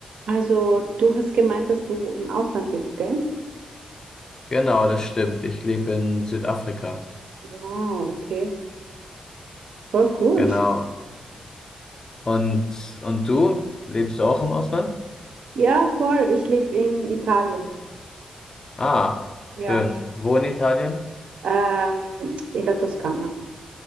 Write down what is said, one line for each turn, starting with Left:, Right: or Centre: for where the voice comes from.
Right: Also, du hast gemeint, dass du im Ausland lebst, gell?
Left: Genau, das stimmt. Ich lebe in Südafrika.
Right: Wow, okay. Voll cool.
Left: Genau. Und, und du? Lebst du auch im Ausland?
Right: Ja, voll. Ich lebe in Italien.
Left: Ah,
Right: Ja.
Left: schön. Wo in Italien?
Right: Ähm, in der Toskana.